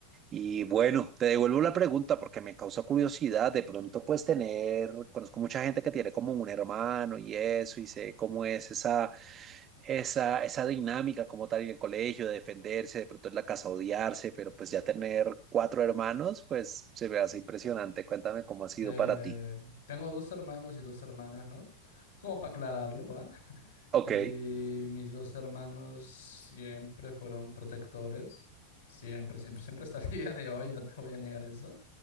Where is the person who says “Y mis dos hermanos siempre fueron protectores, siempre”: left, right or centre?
Left